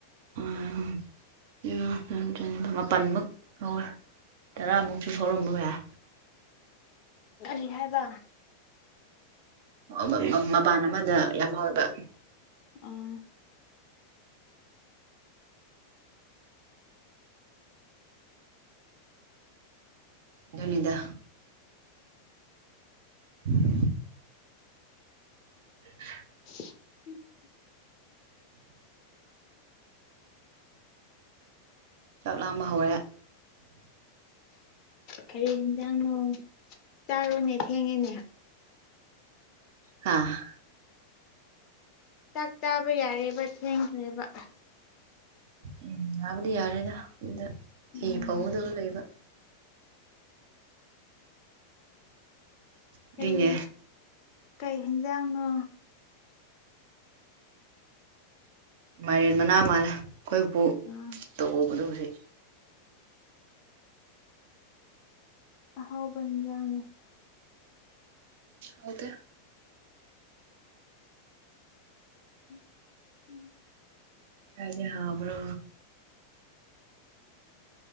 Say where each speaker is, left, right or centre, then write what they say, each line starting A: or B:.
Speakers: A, on the right; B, on the left.
A: ꯎꯝ <unintelligible> ꯃꯥꯄꯟ ꯃꯨꯛ ꯂꯧꯔ ꯇꯔꯥꯃꯨꯛꯁꯨ ꯍꯧꯎꯔꯝꯕ ꯌꯥꯏ
B: ꯀꯔꯤ ꯍꯥꯏꯕ
A: ꯃꯥ ꯃꯥ ꯃꯄꯥꯟ ꯑꯃꯗ ꯌꯥꯝ ꯍꯧꯋꯦꯕ
B: ꯑꯥ
A: ꯑꯗꯨꯅꯤꯗ <inaudible> <inaudible>
B: <inaudible>
A: ꯆꯥꯛꯂꯥꯝꯕ ꯍꯧꯔꯦ
B: ꯀꯔꯤ ꯌꯦꯟꯖꯥꯡꯅꯣ ꯆꯥꯔꯨꯅꯦ ꯊꯦꯡꯉꯦꯅꯦ
A: ꯍꯥꯥ
B: ꯆꯥꯛ ꯆꯥꯕ ꯌꯥꯔꯦꯕ ꯊꯦꯡꯈꯔꯦꯕ
A: ꯎꯝ ꯌꯥꯕꯨꯗꯤ ꯌꯥꯔꯦꯗ ꯑꯗꯨꯗ ꯐꯤ
B: ꯎꯝ
A: ꯐꯧꯒꯗꯕꯨ ꯂꯩꯕ ꯑꯗꯨꯏꯅꯦ
B: ꯀꯔꯤ ꯀꯩ ꯍꯦꯟꯖꯥꯡꯅꯣ
A: ꯃꯥꯏꯔꯦꯟ ꯃꯅꯥ ꯃꯥꯜꯂꯦ ꯑꯩꯈꯣꯏꯄꯨ
B: ꯑꯥ
A: ꯇꯧꯕꯗꯨ ꯍꯨꯖꯤꯛ
B: ꯑꯍꯥꯎꯕ ꯏꯟꯖꯥꯡꯅꯤ
A: ꯍꯥꯎꯇꯦ
B: <inaudible>
A: ꯀꯔꯥꯏꯗꯩꯩ ꯍꯥꯎꯕ꯭ꯔꯣ